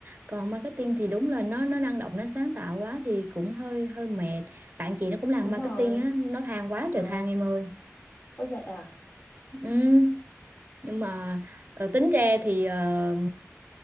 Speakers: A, on the right; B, on the left.
A: còn marketing thì đúng là nó nó năng động nó sáng tạo quá thì cũng hơi hơi mệt bạn chị nó cũng làm
B: đúng
A: marketing
B: rồi
A: á nó than quá
B: à
A: trời than em ơi
B: ôi vậy à
A: ừ nhưng mà ờ, tính ra thì ờ,